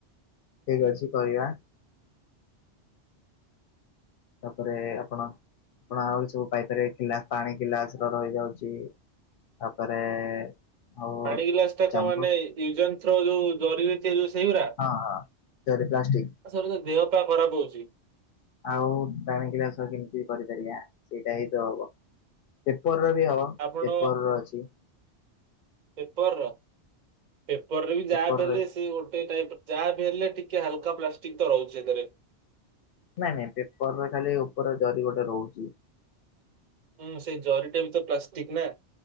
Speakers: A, on the left; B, on the right.
A: ଠିକ୍ ଅଛି କରିବା। ତାପରେ ଆପଣ, ଆପଣ ଆହୁରି ସବୁ ପାଇ ପାରିବେ ଗିଲା ପାଣି ଗିଲାସ ର-ରହି ଯାଉଚି। ତାପରେ ଆଉ
B: ପାଣି ଗିଲାସଟା
A: ଚାମଚ
B: ତ ମାନେ ୟୁଜ ଆଣ୍ଡ ଥ୍ରୋ ଯୋଉ ଜରିରେ ତିଆରି ହୁଏ ସେଇଗୁରା।
A: ହଁ ହଁ ଟେରି ପ୍ଲାଷ୍ଟିକ।
B: ଆ ସରଜ <unintelligible> ଦେହ ପା ଖରାପ ହୋଉଚି।
A: ଆଉ ପାଣି ଗ୍ଲାସ କେମିତି କରିପାରିବା। ସେଇଟା ହିଁ ତ ହବ ପେପରରେ ବି ହବ।
B: ଆପଣ
A: ପେପରର ଅଛି।
B: ପେପର ର ପେପରରେ ବି
A: ପେପରରେ
B: ଯାହା କଲେ ସେ ଗୋଟେ ଟାଇପ ଯାହା ବି ହେଲେ ଟିକେ ହାଲକା ପ୍ଲାଷ୍ଟିକ ତ ରହୁଚି ହେଥେରେ।
A: ନାଇଁ ନାଇଁ ପେପରରେ ଖାଲି ଓପରେ ଜରି ଗୋଟେ ରହୁଚି।
B: ହୁଁ ସେଇ ଜରିଟା ବି ତ ପ୍ଲାଷ୍ଟିକ ନା।